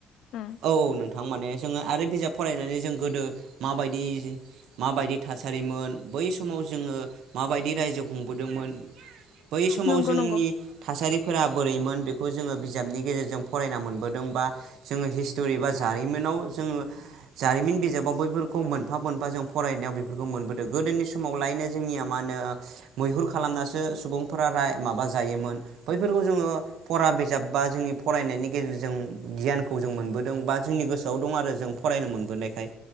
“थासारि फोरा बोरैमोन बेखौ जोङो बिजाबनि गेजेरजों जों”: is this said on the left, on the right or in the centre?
Right